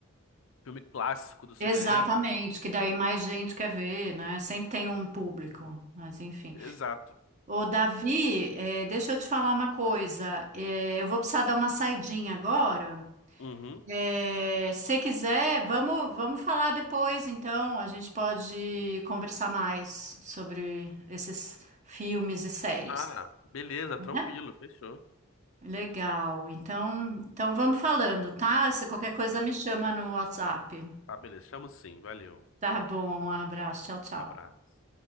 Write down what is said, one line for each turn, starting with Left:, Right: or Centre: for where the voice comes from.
Left: filme clássico do cinema.
Right: Exatamente, que daí mais gente quer ver, né? Sempre tem um público, mas enfim.
Left: Exato.
Right: Ô, Davi, eh, deixa eu te falar uma coisa. Eh, eu vou precisar dar uma saidinha agora.
Left: Uhum.
Right: Eh, se quiser, vamos, vamos falar depois, então. A gente pode conversar mais sobre esses filmes e séries,
Left: Ah, beleza,
Right: né?
Left: tranquilo, fechou.
Right: Legal. Então, então vamos falando, tá? Se qualquer coisa
Left: Tá,
Right: me chama no WhatsApp.
Left: tá, beleza. Chamo sim, valeu.
Right: Tá bom, um abraço. Tchau, tchau.
Left: Abraço.